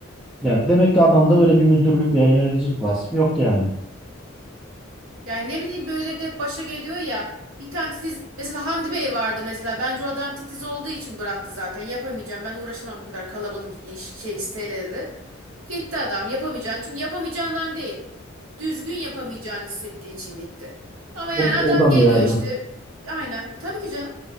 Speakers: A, in the centre; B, on the right.
A: Yani demek ki adamda öyle bir müdürlük veya yöneticilik vasfı yok yani.
B: Yani ne bileyim böyle de hep başa geliyor ya. Bir tane titiz mesela Hamdi Bey vardı mesela. Bence o adam titiz olduğu için bıraktı zaten. Yapamayacağım. Ben uğraşamam bu kadar kalabalık iş- şey isteyle dedi. Gitti adam yapamayacağını. Çünkü yapamayacağından değil. Düzgün yapamayacağını hissettiği için gitti. Ama yani
A: O,
B: adam
A: o da
B: geliyor
A: bir yerde.
B: işte. Aynen. Tabii ki canım.